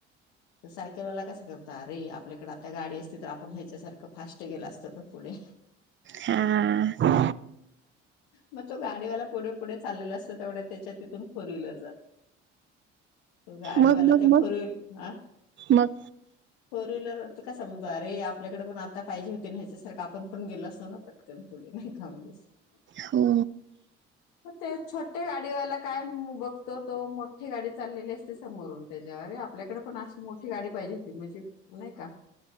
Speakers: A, on the left; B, on the right.
A: सायकलवाला कसा करत अरे आपल्याकडे आता गाडी असते त तर आपण ह्याच्यासारखं फास्ट गेलं असतो ना पुढे
B: हा
A: मग तो गाडीवाला पुढे पुढे चाललेला असतो तेवढ्या त्याच्याति फोर व्हीलर जात त गाडीवाला
B: मग मग
A: त्या
B: मग
A: ओरल हा
B: मग
A: फोर व्हीलर तर कस म्हणतो अरे आपल्याकडे पण आता पाहिजे होते नाही्याच्यासारखं आपण पण गेलो असत पटकन थोडी नाही खाऊन जास <unintelligible>
B: हो
A: मग ते छोट्या गाडीवाला म्हणूनकाय बघतो तो मोठठी गाडी चाललेली असते समोरून त्याच्यावर आपल्याकडे पण अशी मोठी गाडी पाहिजे होती म्हणजे नाही का